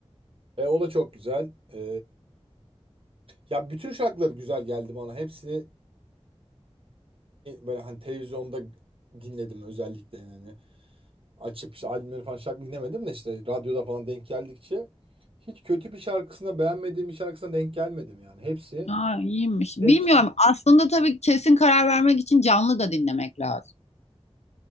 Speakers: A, on the right (about 55°); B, on the left (about 85°).
A: E, o da çok güzel. E, Ya bütün şarkıları güzel geldi bana. Hepsini böyle hani televizyonda dinledim özellikle yani. Açıp işte albümleri falan şarkı dinlemedim de işte radyoda falan denk geldikçe hiç kötü bir şarkısına beğenmediğim bir şarkısına denk gelmedim yani. Hepsi,
B: Ha, iyiymiş. Bilmiyorum.
A: hepsi.
B: Aslında tabii kesin karar vermek için canlı da dinlemek lazım.